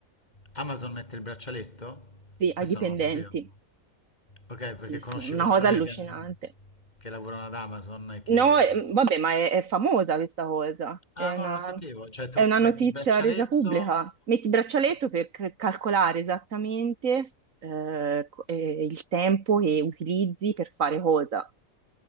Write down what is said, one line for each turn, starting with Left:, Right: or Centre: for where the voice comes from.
Left: Amazon mette il braccialetto?
Right: sì, ai
Left: Questo
Right: dipendenti.
Left: non lo sapevo. Ok, perché
Right: Sì,
Left: conosci
Right: sì, è una
Left: persone
Right: cosa allucinante.
Left: che hanno... che lavorano ad Amazon e che...
Right: No, eh, vabbè, ma è, è famosa questa cosa, è
Left: Ah, no,
Right: una,
Left: non lo sapevo. Cioè, tu
Right: è una
Left: metti
Right: notizia
Left: il braccialetto...
Right: resa pubblica. Metti il braccialetto
Left: Cioè,
Right: per c- calcolare esattamente eh, co- eh, il tempo che utilizzi per fare cosa.